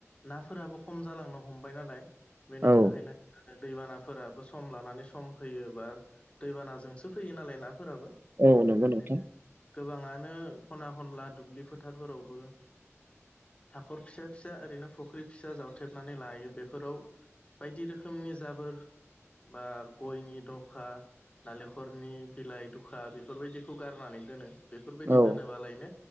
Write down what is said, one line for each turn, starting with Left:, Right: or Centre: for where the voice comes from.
Left: नाफोराबो खम जालांनो हमबाय नालाय बेनि
Right: औ
Left: थाखायनो आरो दैबानाफोराबो सम लानानै सम फैयो बा दैबानाजोंसो फैयो नालाय नाफोराबो
Right: औ
Left: बेनि
Right: नंगौ
Left: थाखाय
Right: नोंथां
Left: गोबाङानो खना खनला दुब्लि फोथारफोरावबो हाखर फिसा फिसा ओरैनो फुख्रि फिसा जावथेबनानै लायो बेफोराव बायदि रोखोमनि जाबोर बा गयनि दखा नालेंखरनि बिलाइ दुखा बेफोरबायदिखौ गारनानै दोनो बेफोरबायदि
Right: औ
Left: दोनोबालायनो